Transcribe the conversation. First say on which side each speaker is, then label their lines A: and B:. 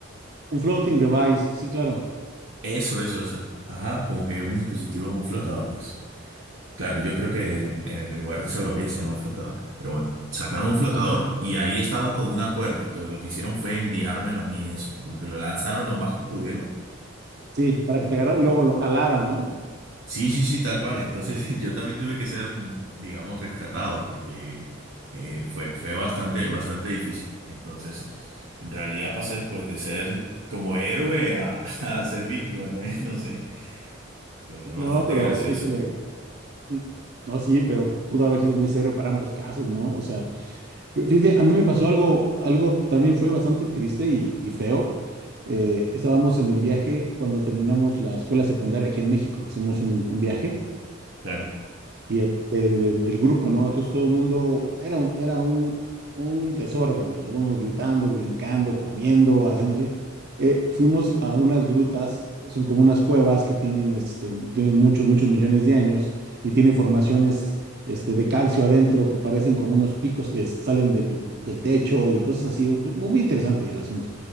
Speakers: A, on the right (about 55°); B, on the right (about 75°).
A: un floating device. Sí, claro.
B: Eso, eso, eso. Ajá, como que un dispositivo, un flotador, pues. Claro, yo creo que en el lugar de salvavidas se llama flotador, pero bueno, sacaron un flotador
A: Ah,
B: y ahí estaba con una cuerda, entonces lo que hicieron fue enviármelo a mí, eso, como que lo lanzaron lo más que pudieron.
A: sí, para que te agarrara y luego lo jalara, ¿no?
B: Sí, sí, sí, tal cual. Entonces <laughs> yo también tuve que ser, mm, digamos, rescatado porque eh, fue, fue bastante, bastante difícil. Entonces, en realidad pasé pues de ser como héroe a, <laughs> a ser víctima también, <laughs> no sé. Fue
A: No,
B: bastante
A: pero
B: gracioso.
A: híjole, Mm, No, sí, pero pudo haber sido muy serio para ambos casos, ¿no? O sea, fí- fíjate, a mí me pasó algo, algo también fue bastante triste y, y feo. Eh, estábamos en el viaje cuando terminamos la escuela secundaria aquí en México, hicimos un, un viaje
B: Claro.
A: y este, de- de- del grupo, ¿no? Entonces todo el mundo era un, era un, un desorden, o sea, todo el mundo gritando, brincando, comiendo, haciendo así. Eh, fuimos a unas grutas, eh, son como unas cuevas que tienen, este, tienen muchos, muchos millones de años y tienen formaciones, este, de calcio adentro que parecen como unos picos que s- salen del, del techo y cosas así. Mu- Muy, interesante el asunto.